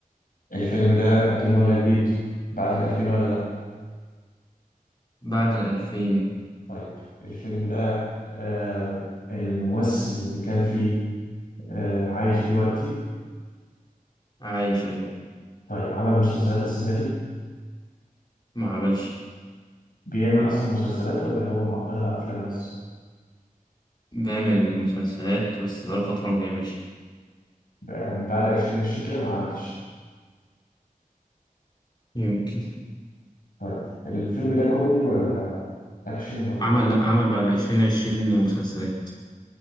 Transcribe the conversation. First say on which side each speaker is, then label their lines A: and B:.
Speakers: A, on the left; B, on the left.
A: الفيلم ده قديم ولا جديد؟ بعد الألفين ولا لأ؟
B: بعد الألفين
A: طيب الفيلم ده آه الممثل اللي كان فيه آه عايش دلوقتي
B: عايش أيوة
A: طيب عمل مسلسلات السنة دي
B: ما عملش
A: بيعمل أصلا مسلسلات ولا هو مقضيها أفلام بس؟
B: بيعمل مسلسلات بس بقاله فترة ما بيعملش
A: ب- بعد 2020 كده ما عملش
B: يمكن
A: طيب الفيلم ده كوميدي ولا اكشن ولا
B: عمل
A: ايه
B: لأ عمل بعد عشرين عشرين مسلسلات